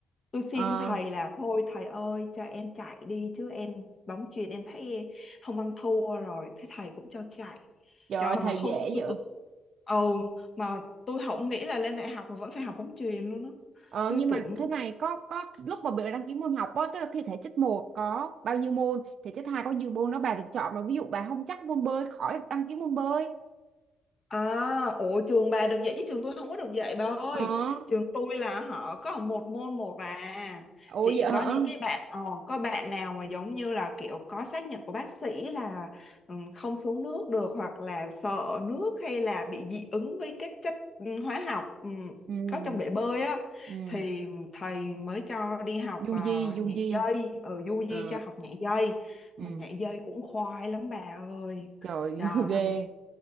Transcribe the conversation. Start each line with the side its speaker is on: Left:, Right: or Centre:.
Left: tôi xin
Right: ờ
Left: thầy là thôi thầy ơi cho em chạy đi chứ em bóng chuyền em thấy không ăn thua rồi thế thầy cũng cho chạy
Right: Trời
Left: trời
Right: ơi,
Left: mà
Right: thầy
Left: không
Right: dễ
Left: tôi
Right: vậy.
Left: tôi ừ mà tôi không nghĩ là lên đại học mà vẫn phải học bóng chuyền luôn á
Right: Ờ,
Left: tôi
Right: nhưng mà
Left: tưởng
Right: thế này có có lúc mà bà đăng ký môn học á, tức là thi thể chất một có bao nhiêu môn, thể chất 2 có bao nhiêu môn đó bà được chọn mà ví dụ bà không chắc môn bơi khỏi đăng ký môn bơi.
Left: À, ủa trường bà được dạy chứ trường tôi không có được dạy bà ơi.
Right: Ờ,
Left: Trường tôi là họ có một môn một à.
Right: ủa
Left: Chỉ
Right: vậy hả?
Left: có những cái bạn ờ, có bạn nào mà giống như là kiểu có xác nhận của bác sĩ là ừ, không xuống nước được hoặc là sợ nước hay là bị dị ứng với các chất ừ, hóa học ừ,
Right: Ừ,
Left: có trong bể bơi á
Right: ừ,
Left: thì thầy mới cho đi học
Right: du
Left: ờ,
Right: di, du
Left: nhảy
Right: di.
Left: dây, ở du di
Right: Ờ,
Left: cho học nhảy dây.
Right: ừ,
Left: Mà nhảy dây cũng khoai lắm bà ơi.
Right: trời
Left: Trời ơi
Right: <laughs> ghê.